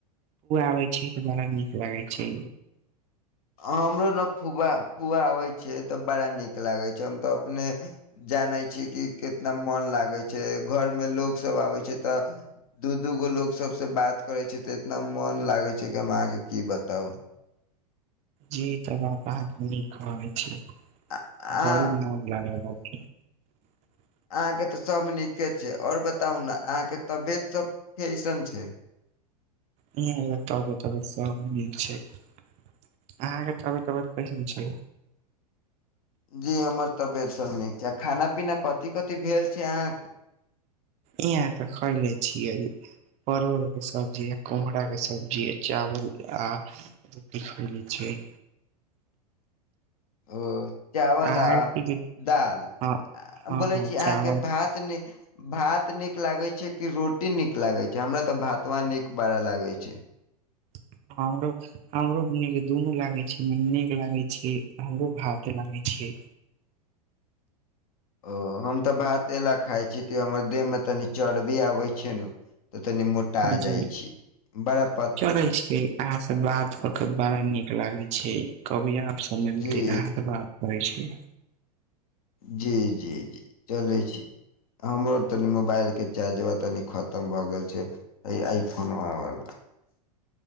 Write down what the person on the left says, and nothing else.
हमरो ने फुआ फूआ आबै छियै तऽ बड़ा नीक लागे छै हम तऽ अपने जानै छियै कि कितना मन लागै छै घरमे लोकोग सब आबै छै तऽ दू दू गो लोग सब से बात करे छै तऽ इतना मन लागे छै कि हम अहाँके की बताउ।
आ अहाँ
अहाँ के ते सब नीके छै और बताउ ने अहाँ के तबियत सब कैसन छै?
जी हमर तबियत सब नीक छै। खाना पीना कथि कथि भेल छै अहाँ के?
ओ चावल
आ
दाल
बोलै
छी
अहाँके भात तने भात निक लागे छै कि रोटी नीक लागे छै हमरा त भातवा नीक बड़ा लागे छै।
ओ हम तऽ भाते अइ ला खाइ छी कि हमर देह मे तनी चर्बी आबै छै ने तऽ तनी मोटा
जाइ छी बड़ा प
जी
जी जी जी चलै छी हमरो तनी मोबाइल के चार्जरबा तनी खतम भए गेल छै। अइ आइ फोनवा वला।